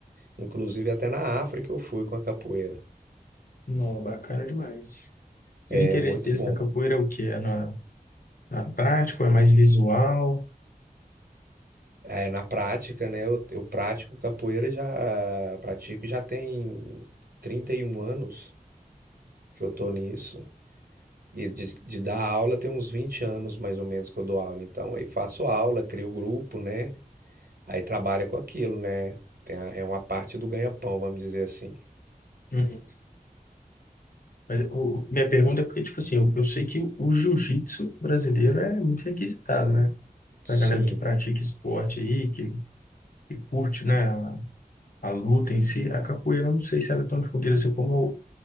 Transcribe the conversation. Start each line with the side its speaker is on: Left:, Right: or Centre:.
Right: Inclusive até na África eu fui com a capoeira.
Left: Não, bacana demais.
Right: É
Left: E o interesse
Right: muito
Left: deles
Right: bom.
Left: na capoeira é o quê? É na, na prática, ou é mais visual?
Right: É, na prática, né, eu, eu pratico capoeira já pratico já tem 31 anos. que eu tô nisso. E de, de dar aula tem uns 20 anos mais ou menos que eu dou aula. Então, aí faço aula, crio grupo, né? Aí trabalha com aquilo, né? Tem a- é uma parte do ganha-pão, vamos dizer assim.
Left: Uhum. Mas o- minha pergunta é porque, tipo assim, eu, eu sei que o, o jiu-jitsu brasileiro é muito requisitado, né?
Right: Sim.
Left: Pra galera que pratica esporte aí, que, que curte, né, a, a luta em si, a capoeira, eu não sei se ela é tão difundida assim como